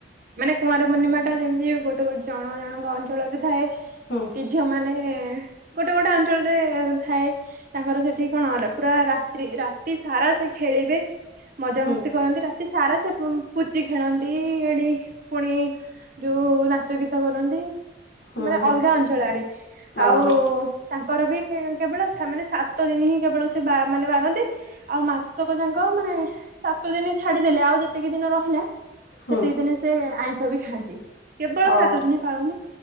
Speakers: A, on the right; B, on the left.
A: ମାନେ କୁଆଁର ପୂର୍ଣ୍ଣିମା ଟା ଯେମିତି ଗୋଟେ ଗୋଟେ ଜଣ ଜଣଙ୍କ ଅଞ୍ଚଳରେ ଥାଏ।
B: ହୁଁ
A: କି ଝିଅମାନେ ଏଁ ଗୋଟେ ଗୋଟେ ଅଞ୍ଚଳରେ ଥାଏ ତାଙ୍କର ସେଠି କଣ ର ପୁରା ରାତି ରାତ୍ରି ରାତିସାରା ସେ ଖେଳିବେ, ମଜାମସ୍ତି
B: ହୁଁ
A: କରନ୍ତି ରାତି ରାତିସାରା ସେ ପୁ-ପୁଚି ଖେଳନ୍ତି, ଏଡି ପୁଣି ଯୋଉ ନାଚ ଗୀତ କରନ୍ତି
B: ହୁଁ
A: ମାନେ
B: ହୁଁ
A: ଅଲଗା ଅଞ୍ଚଳ ଆଡେ, ଆଉ
B: ଓହୋ
A: ତାଙ୍କ ଙ୍କର ବି କେବଳ ସେମାନେ ସାତ ଦିନ ହିଁ କେବଳ ସେ ବା ମାନେ ବାର ରନ୍ତି, ଆଉ ମାସକ ଯାଙ୍କ ମାନେ ସାତ ଦିନି ଛାଡିଦେଲେ ଆଉ ଯେତିକି ଦିନ ରହିଲା,
B: ହୁଁ
A: ସେତିକି ଦିନି ସେ ଆଇଁଷ ବି ଖାଆନ୍ତି। କେବଳ
B: ଓହୋ
A: ସାତ ଦିନି ପାଳନ୍ତି